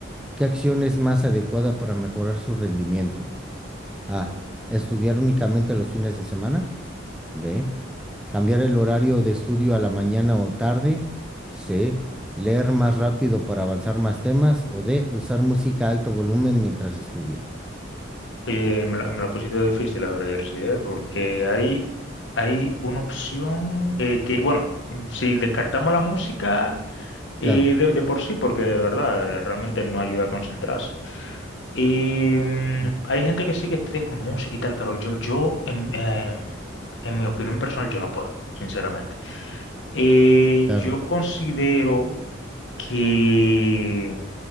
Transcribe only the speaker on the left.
Oye, me la, me la pusiste difícil ahora, Jersey, ¿eh? Porque hay, hay una opción eh, que, bueno, mm, si descartamos la música eh,
de, de por sí, porque de verdad eh, realmente no ayuda a concentrarse. Y mm,
hay gente que sí que estudia con música y tal, pero yo, yo en, em, en mi opinión personal, yo no puedo, sinceramente. Eh,
yo considero que,